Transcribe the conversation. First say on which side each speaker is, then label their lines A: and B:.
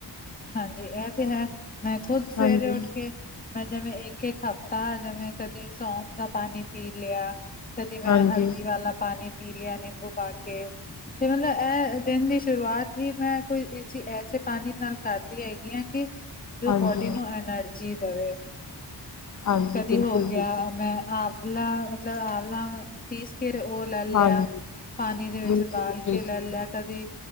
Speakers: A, on the left; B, on the left.
A: ਹਾਂਜੀ, ਇਹ ਤੇ ਹੈ ਮੈਂ ਖੁੱਦ ਸਵੇਰੇ
B: ਹਾਂਜੀ
A: ਉੱਠ ਕੇ ਮੈਂ ਜਿਵੇਂ ਇੱਕ- ਇੱਕ ਹਫਤਾ ਜਿਵੇਂ ਕਦੀ ਸੌਂਫ ਦਾ ਪਾਣੀ ਪੀ ਲਿਆ ਕਦੀ ਮੈਂ
B: ਹਾਂਜੀ
A: ਹਲਦੀ ਵਾਲਾ ਪਾਣੀ ਪੀ ਲਿਆ ਨਿੰਬੂ ਪਾ ਕੇ ਤੇ ਮਤਲਬ ਇਹ ਦਿਨ ਦੀ ਸ਼ੁਰੂਆਤ ਹੀ ਮੈਂ ਕੋਈ ਇਸ ਐਸੇ ਪਾਣੀ ਨਾਲ ਕਰਦੀ ਹੈਗੀ ਆ ਕਿ ਜੋ
B: ਹਾਂਜੀ
A: ਬੋਡੀ ਨੂੰ ਐਨਰਜੀ ਦੇਵੇ
B: ਹਾਂਜੀ
A: ਕਦੀ
B: ਬਿਲਕੁਲ
A: ਹੋ
B: ਬਿਲਕੁਲ
A: ਗਿਆ ਮੈਂ ਆਂਵਲਾ ਮਤਲਬ ਆਂਵਲਾ ਪੀਸ ਕੇ ਉਹ ਲੈ ਲਿਆ,
B: ਹਾਂਜੀ
A: ਪਾਣੀ ਦੇ ਵਿੱਚ
B: ਬਿਲਕੁਲ
A: ਉਬਾਲ
B: ਬਿਲਕੁਲ
A: ਕੇ ਲੈ ਲਿਆ ਕਦੀ